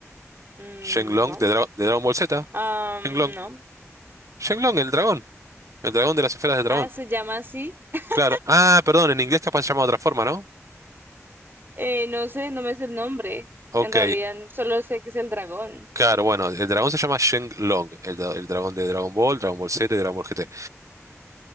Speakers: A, on the right; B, on the right.
A: Mm,
B: Shenlong
A: no.
B: de, Dra- de Dragon Ball Z.
A: Am,
B: Shenlong.
A: no.
B: Shenlong, el dragón. El dragón de las esferas del dragón.
A: Ah, se llama así. <laughs>
B: Claro. Ah, perdón, en inglés capaz se llama de otra forma, ¿no?
A: Eh, no sé, no me sé el nombre.
B: Ok.
A: En realidad, solo sé que es el dragón.
B: Claro, bueno, el dragón se llama Shenlong, el, dra- el dragón de Dragon Ball, Dragon Ball Z y Dragon Ball GT.